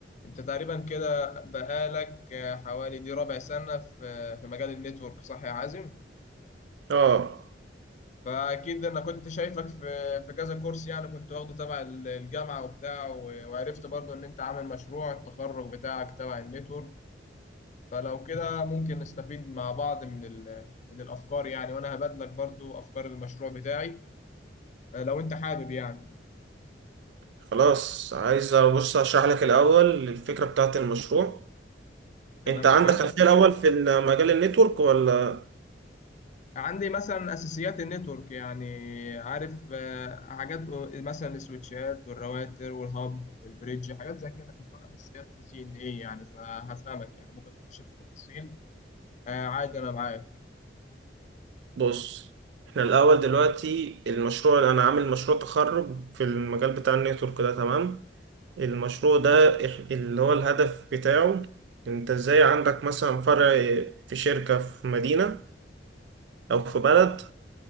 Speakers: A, on the left (about 40°); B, on the right (about 70°).
A: انت تقريبا كده بقالك آه، حوالي دي ربع سنة في آه، في مجال النتورك صح يا عازم
B: اه
A: فاكيد انا كنت شايفك في في كذا كورس يعني كنت واخده تبع ال- الجامعة وبتاع و- وعرفت برضو ان انت عامل مشروع التخرج بتاعك تبع النتورك فلو كده ممكن نستفيد مع بعض من ال- من الافكار يعني وانا هبادلك برضو افكار المشروع بتاعي آه، لو انت حابب يعني
B: خلاص عايز بص اشرح لك الاول الفكره بتاعت المشروع
A: تمام
B: انت عندك
A: اوكي
B: خلفيه الاول في مجال النتورك ولا
A: عندي مثلا اساسيات النتورك يعني عارف آه، حاجات مثلا السويتشات والراوتر والهاب والبريدج حاجات زي كده كنت واخد اساسيات سي سي ان اي يعني فهفهمك يعني ممكن تخش في تفاصيل آه، عادي انا معاك
B: بص احنا الاول دلوقتي المشروع انا عامل مشروع تخرج في المجال بتاع النتورك ده تمام المشروع ده إح- اللي هو الهدف بتاعه انت ازاي عندك مثلا فرع في شركه في مدينه او في بلد